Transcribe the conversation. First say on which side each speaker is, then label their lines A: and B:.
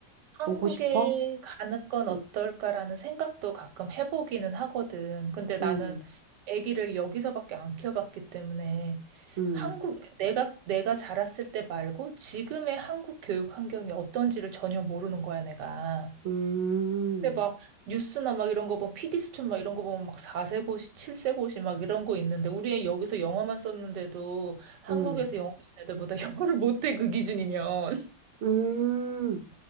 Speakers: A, on the right (about 80°); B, on the right (about 55°).
A: 한국에
B: 오고 싶어?
A: 가는 건 어떨까라는
B: 음.
A: 생각도 가끔 해보기는 하거든. 근데 나는
B: 음.
A: 아기를 여기서밖에 안 키워봤기 때문에
B: 음.
A: 한국, 내가, 내가 자랐을 때 말고 지금의 한국 교육 환경이 어떤지를 전혀 모르는 거야, 내가.
B: 음.
A: 근데 막 뉴스나 막 이런 거 보면 PD 수첩 막 이런 거 보면 막 4세 고시, 7세 고시 막 이런 거 있는데 우리 애 여기서 영어만 썼는데도 한국에서
B: 음.
A: 영어 배운 애들보다 <laughs> 영어를 못해, 그 기준이면.
B: 음.